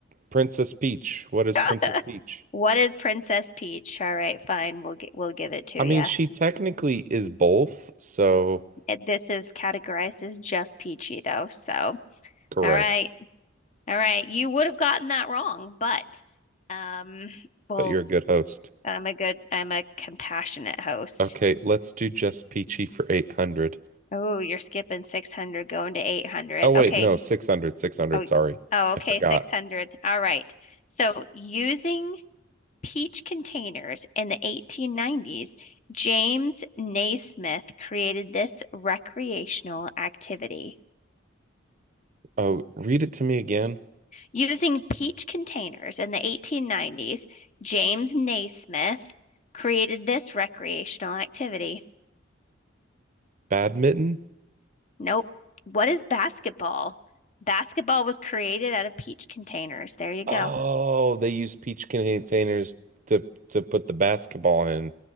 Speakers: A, on the right; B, on the left.
A: Princess Peach. What is
B: <laughs>
A: Princess Peach?
B: What is Princess Peach? All right, fine. We'll get. we'll give it to
A: I
B: you.
A: mean, she technically is both, so
B: This is categorized as just Peachy though. So, all
A: correct.
B: right. All right. You would have gotten that wrong, but um well,
A: But you're a good host.
B: I'm a good I'm a compassionate host.
A: Okay, let's do just peachy for 800.
B: Oh, you're skipping 600 going to 800.
A: Oh, wait,
B: Okay.
A: no, 600, 600,
B: Oh,
A: sorry.
B: oh,
A: I
B: okay,
A: forgot.
B: 600. All right. So, using peach containers in the 1890s, James Naismith created this recreational activity.
A: Oh, read it to me again.
B: Using peach containers in the 1890s, James Naismith created this recreational activity.
A: Badminton?
B: Nope. What is basketball? Basketball was created out of peach containers. There you go.
A: Oh, they use peach containers to to put the basketball in.